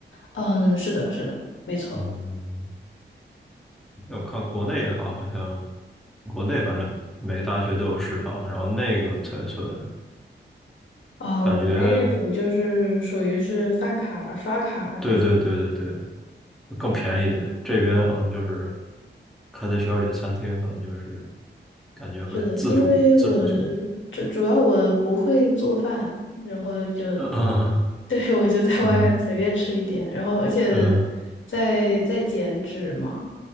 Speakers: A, on the left; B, in the centre.
A: 嗯，是的，是的，没错。
B: 嗯。我看国内的话，好像国内反正每个大学都有食堂，然后那个才算
A: 哦，
B: 感觉，
A: 国内那种就是属于是饭卡、刷卡这种。
B: 对对对对对，更便宜一点。这边好像就是开在学校里的餐厅，可能就是感觉会自主自主去买。
A: 是的，因为我主主要我不会做饭，然后就
B: 呃
A: <laughs> 对，我就在外面随便吃一点，
B: 嗯
A: 然后而且
B: 嗯
A: 在在减脂嘛，